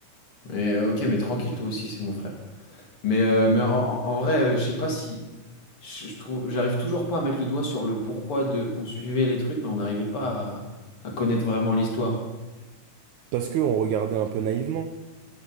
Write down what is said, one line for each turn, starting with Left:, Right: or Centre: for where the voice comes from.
Left: Mais euh, ok, mais tranquille, toi aussi, c'est mon frère. Mais, euh, mais en, en vrai, euh, je sais pas si. Je, je trouve, j'arrive toujours pas à mettre le doigt sur le pourquoi de. On suivait les trucs, mais on n'arrivait pas à à connaître vraiment l'histoire.
Right: Parce que on regardait un peu naïvement.